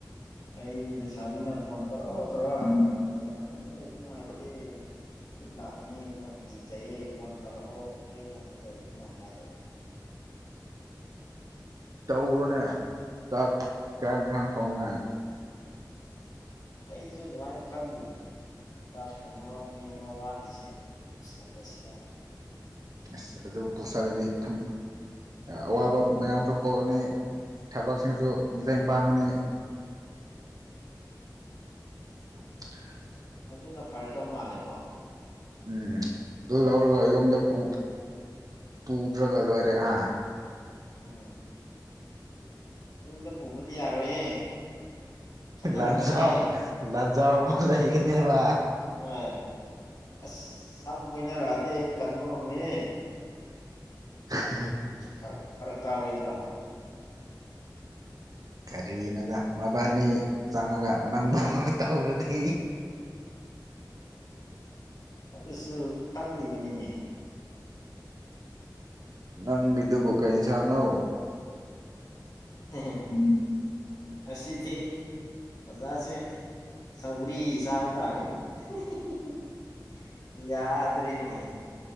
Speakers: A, on the left (about 60°); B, on the right (about 55°).
A: ꯑꯩꯗꯤ ꯂꯩꯁꯥꯕꯤꯅ ꯐꯣꯟ ꯇꯧꯔꯛꯑꯣ-ꯇꯧꯔꯛꯑꯣ ꯍꯥꯏꯕꯗ ꯂꯣꯏꯔꯦ ꯃꯊꯟꯇ ꯂꯩꯕ ꯅꯨꯡꯉꯥꯏꯇꯦ ꯕꯨꯠ ꯂꯥꯛꯀꯅꯤ ꯑꯗꯨꯅ ꯀꯤꯖꯩꯌꯦ ꯐꯣꯟ ꯇꯧꯔꯛꯑꯣ ꯑꯩ ꯏꯊꯟꯇ ꯂꯩꯕꯅꯤꯅ ꯍꯥꯏꯔꯦ꯫
B: ꯇꯧꯔꯣꯅꯦ ꯆꯥꯛ ꯆꯥ ꯏꯟꯁꯥꯡ ꯊꯣꯡꯅꯤꯉꯥꯏ
A: ꯑꯩꯖꯨ ꯑꯗꯨꯃꯥꯏꯅ ꯈꯜꯂꯤꯅꯤꯅꯦ ꯆꯥꯛ ꯊꯣꯡꯅꯕ ꯃꯤ ꯑꯃ ꯋꯥꯠꯂꯤꯁꯦ꯫ ꯈꯨꯝ ꯄꯨꯁꯜꯂꯁꯤꯔꯥ
B: ꯑꯁ ꯑꯗꯨ ꯄꯨꯁꯜꯂꯗꯤ ꯊꯨꯝ ꯑꯋꯥꯕ ꯃꯌꯥꯝꯁꯨ ꯀꯣꯛꯑꯅꯤ꯫ ꯊꯕꯛꯁꯤꯡꯁꯨ ꯕꯦꯡ ꯄꯥꯡꯉꯅꯤ꯫ <unintelligible>
A: ꯑꯗꯨꯅ ꯐꯔꯗꯧ ꯃꯥꯜꯂꯦꯀꯣ?
B: ꯎꯝ ꯗꯨ ꯂꯧꯔꯒ ꯌꯨꯝꯗ ꯄꯨ- ꯄꯨꯗ꯭ꯔꯒ ꯂꯣꯏꯔꯦ ꯍꯥ
A: ꯎꯝ ꯌꯨꯝꯗ ꯄꯨꯕꯗꯤ ꯌꯥꯔꯣꯏꯍꯦ- ꯈꯠꯅꯔꯛꯀꯅꯤꯍꯦ
B: ꯂꯥꯟꯖꯥꯎ-ꯂꯥꯟꯖꯥꯎ ꯑꯃ ꯂꯩꯒꯅꯦꯕꯥ
A: ꯍꫭꯏ ꯑꯁ ꯁꯝ ꯐꯣꯏꯅꯔꯛꯑꯗꯤ ꯑꯩ ꯀꯟꯕ ꯉꯝꯃꯣꯏꯍꯦ
B: ꯍꯥꯍꯥ
A: ꯐꯔꯛ- ꯐꯔꯛ ꯇꯥꯔꯣꯏꯗ꯭ꯔꯣ
B: ꯀꯔꯤꯅꯣꯗꯥ ꯃꯕꯥꯅꯤ ꯆꯪꯉꯒ ꯅꯪꯕꯨ ꯇꯧꯔꯗꯤ
A: ꯑꯗꯨꯁꯨ ꯈꯜꯂꯤꯕꯅꯤꯅꯦ
B: ꯅꯪꯒꯤꯗꯨꯕꯨ ꯀꯩ ꯏꯟꯁꯥꯡꯅꯣ
A: <unintelligible> ꯉꯁꯤꯗꯤ ꯑꯣꯖꯥꯁꯦ ꯁꯧꯒ꯭ꯔꯤ ꯆꯥꯕ ꯇꯥꯔꯤ <unintelligible> ꯌꯥꯗꯔꯦꯅꯦ